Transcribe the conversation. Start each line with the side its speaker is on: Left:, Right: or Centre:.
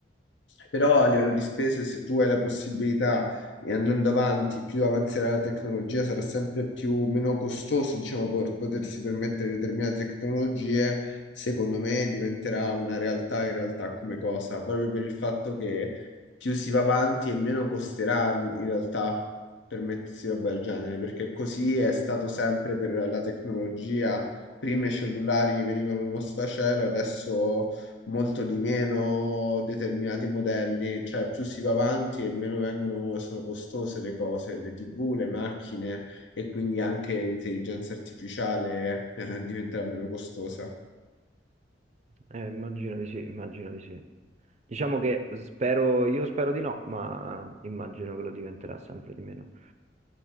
Left: però a livello di spese, se tu hai la possibilità e andando avanti, più avanzerà la tecnologia, sarà sempre più meno costoso, diciamo, per potersi permettere determinate tecnologie, secondo me diventerà una realtà in realtà come cosa, proprio per il fatto che più si va avanti e meno costerà in realtà permettersi roba del genere, perché così è stato sempre per la tecnologia. Prima i cellulari venivano uno sfacelo, adesso molto di meno determinati modelli, cioè più si va avanti e meno vengono, sono costose le cose, le TV, le macchine e quindi anche l'intelligenza artificiale eh, diventerà meno costosa.
Right: Eh, immagino di sì, immagino di sì. Diciamo che spero, io spero di no, ma immagino che lo diventerà sempre di meno.